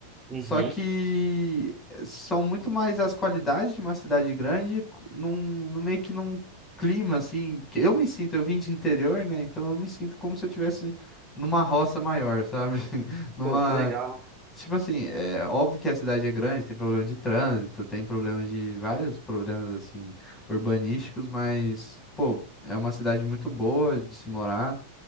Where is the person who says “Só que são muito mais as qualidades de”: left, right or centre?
Left